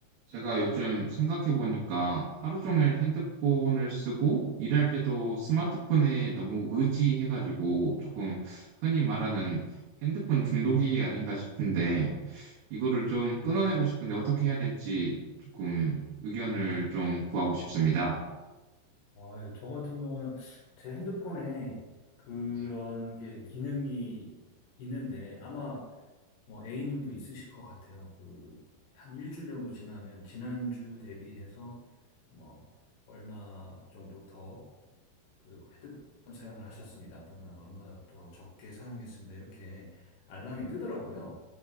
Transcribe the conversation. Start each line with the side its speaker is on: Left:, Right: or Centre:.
Right: 제가 요즘 생각해보니까 하루 종일 핸드폰을 쓰고 일할 때도 스마트폰에 너무 의지해가지고 조금 흔히 말하는 핸드폰 중독이 아닌가 싶은데 이거를 좀 끊어내고 싶은데 어떻게 해야 될지 조금 의견을 좀 구하고 싶습니다.
Left: 아, 예, 저 같은 경우는 제 핸드폰에 그런
Right: 네.
Left: 게 기능이 있는데 아마 뭐 A님도 있으실 것 같아요. 그 한 일주일 정도 지나면 지난주 대비해서 뭐 얼마 정도 더그 핸드폰 사용을 하셨습니다. 또는 얼마 더 적게 사용했습니다. 이렇게 알람이
Right: 네.
Left: 뜨더라고요.